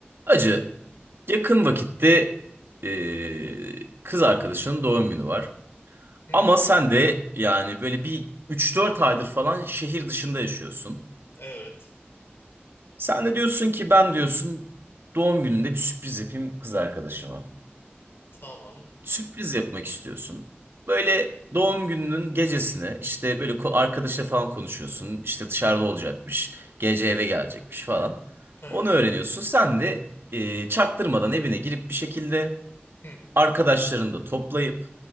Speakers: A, on the right; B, on the left.
A: Acı, yakın vakitte e, kız arkadaşının doğum günü var.
B: Hı.
A: Ama sen de yani böyle bir üç dört aydır falan şehir dışında yaşıyorsun.
B: Evet.
A: Sen de diyorsun ki ben diyorsun doğum gününde bir sürpriz yapayım kız arkadaşıma.
B: Tamam.
A: Sürpriz yapmak istiyorsun. Böyle doğum gününün gecesine işte böyle ko- arkadaşla falan konuşuyorsun. İşte dışarıda olacakmış, gece eve gelecekmiş falan.
B: Hı.
A: Onu öğreniyorsun. Sen de e, çaktırmadan evine girip bir şekilde...
B: Hı.
A: Arkadaşlarını da toplayıp